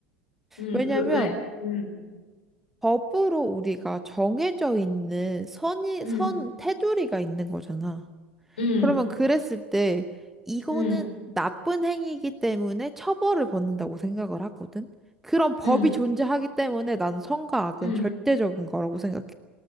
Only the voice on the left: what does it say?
응,
왜? 응,
응,
응,
응,
응,
응,